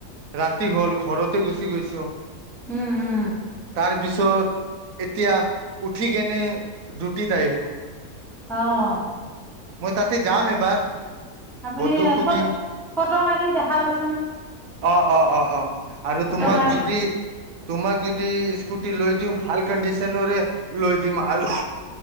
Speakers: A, on the right; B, in the centre.
A: ৰাতি হ'ল ঘৰতে গুচি গৈছোঁ।
B: উম, উম,
A: তাৰ পিছত এতিয়া উঠি কেনে জুটত আহিলো।
B: অ,
A: মই তাতে যাম এবাৰ,
B: আপুনি
A: বন্ধুক সুধিম
B: ফটো-ফটো মাৰিম দেখাবচোন।
A: অ অ অ অ আৰু
B: ফটো
A: তোমাক
B: মাৰ
A: যদি তোমাক যদি স্কুটি লৈ দিওঁ ভাল কণ্ডিচনৰে লৈ দিম আৰু